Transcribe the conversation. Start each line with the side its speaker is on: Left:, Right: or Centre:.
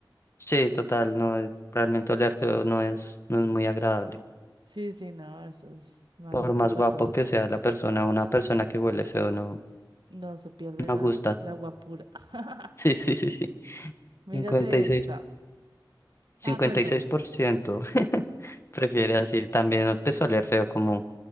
Left: Sí, total, no, eh, realmente oler feo no es, no es muy agradable.
Right: Sí, sí, no, eso es maluco
Left: Por más
Right: para
Left: guapo
Right: todos.
Left: que sea la persona, una persona que huele feo no,
Right: No se pierde
Left: no
Right: la,
Left: gusta.
Right: la
Left: <laughs>
Right: guapura. <laughs>
Left: Sí, sí, sí, sí.
Right: Mírate
Left: 56,
Right: esta.
Left: 56%
Right: Ah, cuéntame.
Left: <laughs> prefiere así. También empezó a oler feo como...